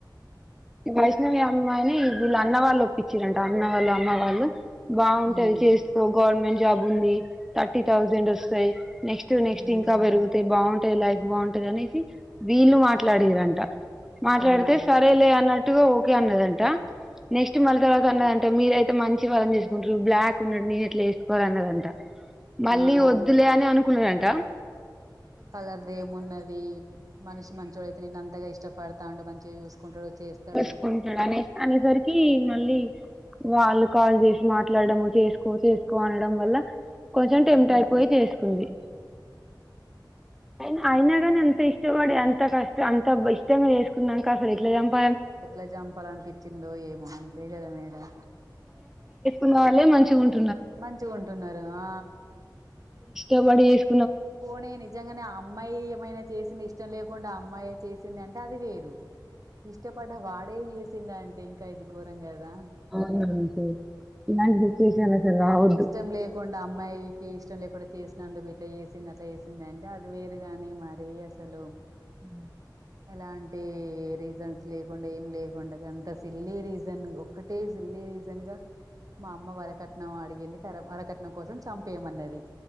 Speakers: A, in the centre; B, on the right (about 50°).
A: వైష్ణవి అమ్మాయిని వీళ్ళ అన్న వాళ్ళు ఒప్పించిరంట అన్న వాళ్ళ అమ్మ వాళ్ళు బాగుంటది
B: ఉమ్
A: చేసుకో గవర్నమెంట్ జాబ్ ఉంది థర్టీ థౌజండ్ వస్తాయి నెక్స్ట్ నెక్స్ట్
B: ఉమ్
A: ఇంకా పెరుగుతే బాగుం టే లైఫ్ బాగుంటది అనేసి వీళ్ళు మాట్లాడిరంట మాట్లాడతే
B: ఉమ్
A: సరేలే అన్నట్టుగా ఓకే అన్నదంట నెక్స్ట్ మల్లి తరవాత అన్నదంటా మీరై మంచి వాళ్ళను చేసుకుంటారు బ్లాక్ ఉన్నడు నేను ఎట్లా వేసుకోవాలన్నదంటా మళ్ళీ
B: ఆ
A: వద్దులే అని అనుకు కున్నరంట
B: కలర్ది ఏమున్నది మనిషి మంచోడు అయితే నిన్ అంతగా ఇష్ట పడతాండు మంచిగా చూసుకుంటాడు చేస్తాడు
A: చూసుకుంటాడు అనే అనేసరికి మళ్ళీ వాళ్ళు కాల్ చేసి మాట్లాడడము చేసుకో చేసుకో అనడం వల్ల కొంచెం
B: ఉమ్
A: టెమ్ట్ అయిపోయి చేసుకుంది అ అయినా కాని అంత ఇష్టపడి అంత కష్టం అంత ఇష్టమే చేసుకున్నాక అసలు ఇట్లా చంప
B: ఎట్లా చంపాలనిపించిందో ఏమో అంతే కదా మేడం
A: ఉన్న వాళ్ళే మంచిగుంట
B: మంచిగా ఉంటున్నారు ఆ
A: ఎవడు చేసు
B: పోనీ నిజంగానే ఆ అమ్మాయి ఏమైనా చేసింది ఇష్టం లేకుండా ఆ అమ్మాయి చేసి తంద అంటే అది వేరు ఇష్టపడ్డ వాడు ఈ వచ్చిండు అంటే ఇంకా ఇది ఘోరం కదా
A: అవును మేడం అసలు ఇలాంటి సిచ్యువేషన్ అసలు రావద్దు
B: ఇష్టం లేకుండా అమ్మాయికి ఇష్టం లేకుండా చేస్త నందుకు ఇట్లా సింది అట్లా వేసింది అంటే అది వేరు గాని మరి అసలు
A: ఉ
B: ఎలాంటి రీజన్స్ లేకుండా ఏం లేకుండా అంత సిల్లీ రీజన్ ఒక్కటే సిల్లీ రీజన్ గా మా అమ్మ వరకట్నం అడిగింది కర వరకట్నం కోసం చంపేయమన్నది